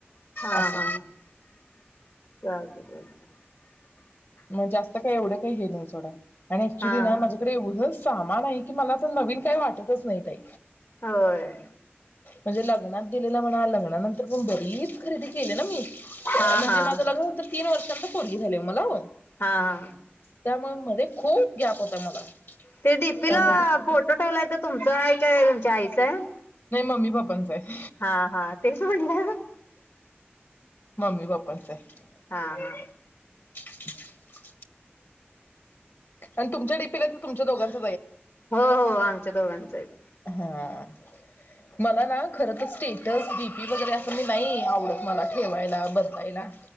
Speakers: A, on the left; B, on the left.
A: हा
B: असं
A: हा चालतय चालतय
B: मग जास्त ते का एवढं काय हे नाही सोडा आणि ऍक्च्युली
A: हा हा
B: माझ्याकडे एवढं सामान आहे की मला आता नवीन काय वाटत? वाटतच नाही ताई.
A: होय
B: म्हणजे लग्नात दिलेला म्हणा लग्नानंतर पण बरीच खरेदी केली ना मी.
A: हा
B: म्हणजे
A: हा
B: माझं लग्न होऊन तर एकवर्षानंतर पोरगी झालीय मला ओ
A: हा हा
B: त्यामूळ मध्ये खूप गॅप होता. मला
A: ते डीपीला
B: त्यामुळे
A: फोटो ठेवलाय तो तुमचा हाय तुमचा हाय कि तुमच्या आईचा हाय
B: नाय मम्मी पप्पांचा हाय
A: हा हा तेच म्हणलं
B: मम्मी पप्पांचा आहे.
A: हा हा
B: <unintelligible> आणि तुमच्या डीपीला तर तुमच्या दोघांच
A: हो हो आमच्या दोघांचा हाय तो
B: हा मला ना खर तर स्टेटस डीपी वगैरे असं मी नाही आवडत मला ठेवायला बदलायला